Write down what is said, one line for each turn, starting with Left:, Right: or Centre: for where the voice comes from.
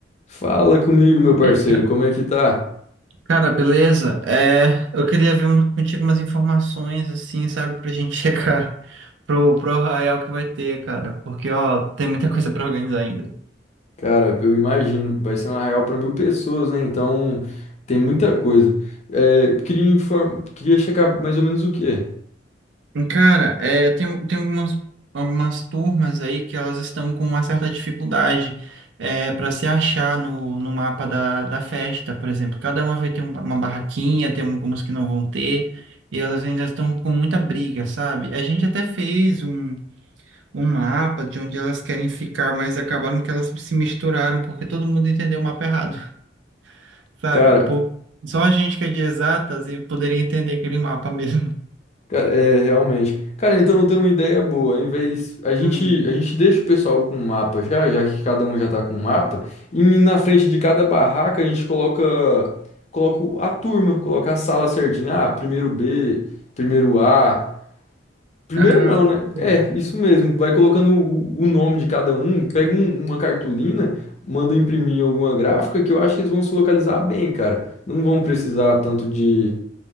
Left: Fala comigo, meu parceiro,
Right: Ei,
Left: como é que tá?
Right: Cara, beleza? É, eu queria ver um- contigo umas informações, assim, sabe, pra gente <laughs> checar pro, pro Arraial que vai ter, cara, porque, ó, tem muita coisa pra organizar ainda.
Left: Cara, eu imagino, vai ser uma real para mil pessoas, né? Então tem muita coisa. É, queria inform... queria checar mais ou menos o quê?
Right: Cara, é, tem, tem algumas, algumas turmas aí que elas estão com uma certa dificuldade é, para se achar no, no mapa da, da festa, por exemplo. Cada uma vai ter um- uma barraquinha, tem algumas que não vão ter, e elas ainda estão com muita briga, sabe? A gente até fez um. um mapa de onde elas querem ficar, mas acabaram que elas se misturaram porque todo mundo entendeu o mapa errado, <laughs> sabe?
Left: Cara,
Right: O povo, só a gente que é de exatas e poderia entender aquele mapa <laughs> mesmo.
Left: cara, é realmente. Cara, então eu tenho uma ideia boa. Ao invés a gente
Right: Hum.
Left: a gente deixa o pessoal com um mapa já, já que cada um já tá com um mapa, e na frente de cada barraca a gente coloca coloca o- a turma, coloca a sala certinha. Ah, primeiro B, primeiro A. Primeiro
Right: Ah,
Left: não, né?
Right: hum.
Left: É, isso mesmo. Vai colocando o, o nome de cada um, pega um- uma cartolina, manda imprimir em alguma gráfica que eu acho que eles vão se localizar bem, cara. Não vão precisar tanto de,